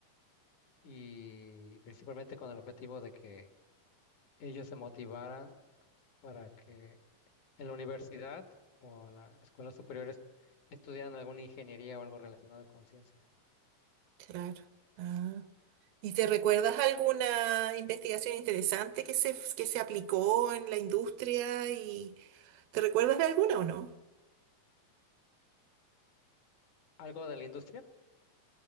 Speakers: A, on the left (about 60°); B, on the right (about 80°).
A: y principalmente con el objetivo de que ellos se motivaran para que en la universidad o en la escuela superior est- estudiaran alguna ingeniería o algo relacionado con ciencia.
B: Claro. Ah. ¿Y te recuerdas alguna investigación interesante que se, que se aplicó en la industria y te recuerdas de alguna o no?
A: ¿Algo de la industria?